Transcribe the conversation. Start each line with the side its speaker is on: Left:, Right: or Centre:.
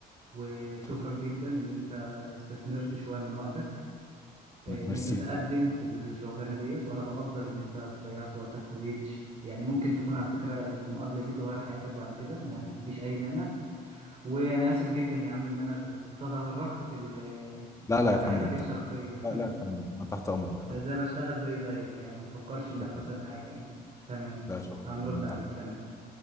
Right: وشكرا
Left: تمام
Right: جدا ان انت استثمرت شويه من وقتك آه،
Left: م-
Right: ان
Left: ميرسي
Right: انت تقدم في الشغلانه ديت وانا بقدر ان انت ضيعت وقتك في بيت تشت- يعني ممكن تكون على فكره المقابله دي تغير حياتك بعد كده ما فيش اي مانع وانا اسف جدا يا عم ان انا ده- تطرقت في ال
Left: لا لا
Right: في
Left: يا
Right: حياتك
Left: فندم
Right: الشخصيه
Left: تحت
Right: <laughs>
Left: لا لا يا فندم انا تحت امرك يا فندم
Right: زي بشتغل زي زيك يعني ما تفكرش
Left: شكرا
Right: ان انا مثلا حاجه يعني تمام
Left: لا شكرا
Right: هنرد
Left: يا فندم تحت
Right: عليك تمام